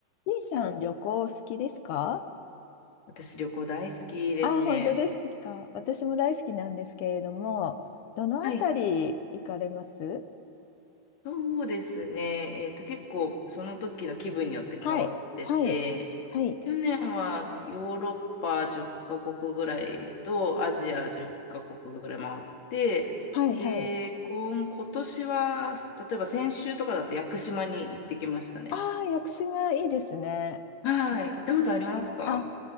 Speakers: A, on the left; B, on the left.
A: 姉さん、旅行好きですか
B: 私、旅行大好きですね。
A: あ、本当ですか。私も大好きなんですけれども、どのあたり行かれます
B: はい、そうですね。えっと、結構、その時の気分によって変わってて、
A: はい、はい、はい、
B: 去年はヨーロッパ10カ国ぐらいとアジア10カ国ぐらい回って、
A: はい、
B: で、
A: はい。
B: 今、今年は、例えば先週とかだと屋久島に行ってきましたね。
A: ああ、屋久島いいですね。
B: はい、行ったことありますか
A: あ、